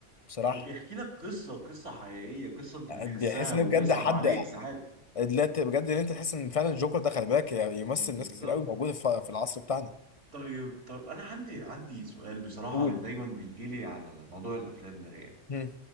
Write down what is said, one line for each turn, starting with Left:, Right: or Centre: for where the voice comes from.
Left: بصراحة
Right: وبيحكي لك قصة قصة حقيقية قصة أنت بتحسها
Left: بيحس إن
Right: وبيصعب
Left: هي بجد حد
Right: عليك ساعات
Left: لا ت- بجد إن أنت تحس إن فعلا الجوكر ده خلي بالك ي- يمثل
Right: مم،
Left: ناس
Right: بالظبط
Left: كتير قوي موجودة في في العصر بتاعنا
Right: طيب طيب انا عندي عندي سؤال بصراحه
Left: قول
Right: دايما بيجي لي على موضوع الافلام ده يعني
Left: هم.